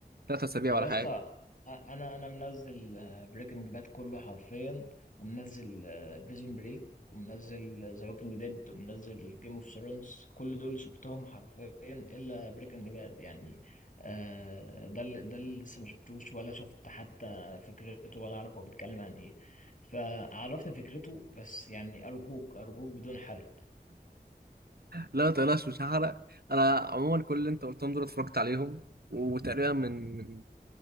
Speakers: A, on the right; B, on the left.
A: ثلاث اسابيع
B: طب
A: ولا
B: يا اسطى
A: حاجه
B: انا انا منزل بريكنج باد كله حرفيا ومنزل بريزون بريك ومنزل ذا ووكينج ديد ومنزل جيم اوف ثرونز كل دول شفتهم حرفيا الا بريكنج باد يعني آه، ده اللي ده اللي لسه ما شفتوش ولا شفت حتى فكرته ولا اعرف هو بيتكلم عن ايه فعرفني فكرته بس يعني ارجوك ارجوك بدون حرق
A: لا ما تقلقش مش هحرق انا عموما كل اللي انت قلتهم دول اتفرجت عليهم وتقريبا من من